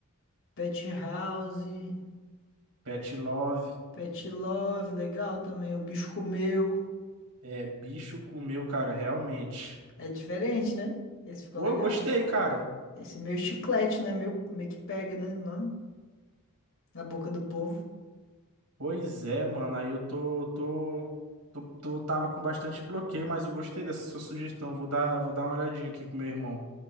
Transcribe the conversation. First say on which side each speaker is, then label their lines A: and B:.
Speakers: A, on the left (about 60°); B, on the right (about 85°).
A: Pet House,
B: Pet Love,
A: Pet Love, legal também. O bicho comeu.
B: é bicho comeu, cara, realmente.
A: É diferente, né? Esse ficou
B: Pô,
A: legal.
B: eu gostei, cara.
A: Esse meio chiclete, né? Meio, meio que pega, né? O nome. Na boca do povo.
B: Pois é, mano, aí eu tô, tô, tô, tô- tava com bastante bloqueio, mas eu gostei dessa sua sugestão. Vou dar, vou dar uma olhadinha aqui com meu irmão.